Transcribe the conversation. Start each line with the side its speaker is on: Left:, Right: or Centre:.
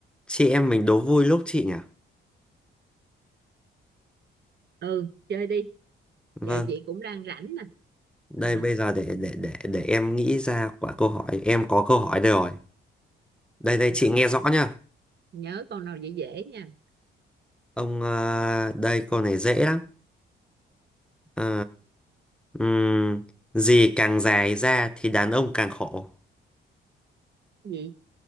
Centre: chị em mình đố vui lúc chị nhỉ
Right: ừ chơi đi
Centre: vâng
Right: giờ chị cũng đang rảnh nè
Centre: đây
Right: à,
Centre: bây giờ để để để để em nghĩ ra quả câu hỏi em có câu hỏi đây rồi đây đây
Right: rồi
Centre: chị nghe rõ nhá
Right: nhớ con nào dễ dễ nha
Centre: ông ờ, đây câu này dễ lắm Ờ, ừm, gì càng dài ra thì đàn ông càng khổ
Right: gì